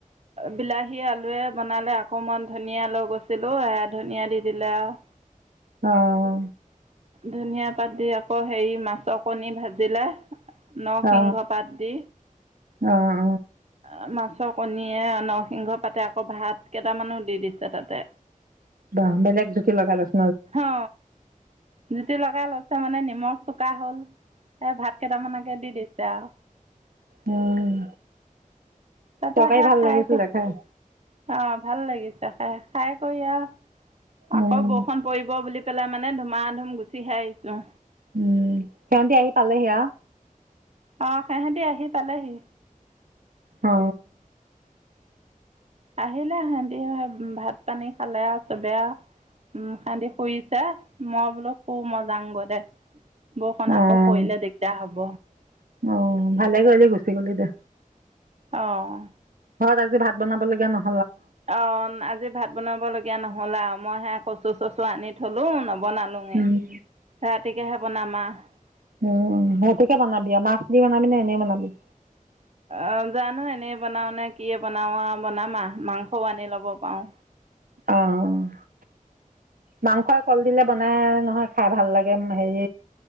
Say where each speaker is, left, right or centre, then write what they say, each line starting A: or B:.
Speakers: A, on the right; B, on the right.
A: বিলাহী আলুৱে বনালে অকণমান ধনীয়া লৈ গৈছিলো এ ধনীয়া দি দিলে আৰু
B: অহ
A: ধনীয়া পাত দি আকৌ হেৰি মাছৰ কণী ভাজিলে নৰসিংহ
B: অ
A: পাত দি
B: অ
A: অ মাছ ৰ কণীয়ে নৰসিংহ পাতে আকৌ ভাত কেইটামানো দি দিছে তাতে
B: বাহ বেলেগ জুতি লগালে চোন
A: অ জুতি লগাই লৈছে মানে নিমখ চোকা হ'ল এ ভাত কেইটামানকে দি দিছে আৰু
B: উম
A: তাৰপৰা
B: তৰকাৰী
A: শেষ
B: ভাল
A: খাওঁতা
B: লাগিছিলে খাই
A: ভাল লাগিছে খাই-খাই কৰি। আহ,
B: উম
A: আকৌ বৰষুণ পৰিব বুলি পেলাই মানে ধুমা-ধুম গুচিহে আহিছো।
B: উম, সিহতি আহি পালেহি আৰু।
A: অহ, সিহঁতে আহি পালেহি।
B: অ',
A: আহিলে সিহতি ভাত পানী খালে চবে আৰু। উম সানদি ফুৰিছে মই বোলো শুম মই যাওগে দে বৰষুণ
B: অ
A: আকৌ
B: অহ
A: পৰিলে দিগদাৰ হ'ব
B: ভালে কৰিলি গুচি গলি দে
A: অহ
B: ঘৰত আজি ভাত বনাব লগীয়া নহয়
A: অ আজি ভাত বনাব লগীয়া নহল আৰু মই হে কচু চচু আনি থলো ন বনালো মই
B: উম
A: ৰাতিকেহে বনানা <unintelligible>
B: উম ৰাতিকে বনাবি আৰু মাছ দি বনাবি ন এনেই বনাবি
A: অ জানো এনেই বনাও নে কি বনাও আৰু বনাম আহ মাংসও আনি লব পাৰও
B: অ' মাংসই কলডিলে বনাই নহয় খাই ভাল লাগে। হেৰি